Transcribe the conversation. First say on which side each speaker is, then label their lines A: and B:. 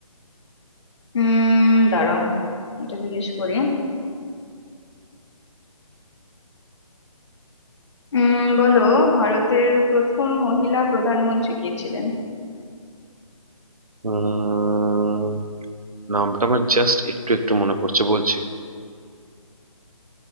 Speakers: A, on the left (about 50°); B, on the right (about 80°).
A: উম দাঁড়াও এটা জিজ্ঞেস করি উম বলো ভারতের প্রথম মহিলা প্রধানমন্ত্রী কে ছিলেন
B: উম নামটা আমার জাস্ট একটু একটু মনে পড়ছে বলছি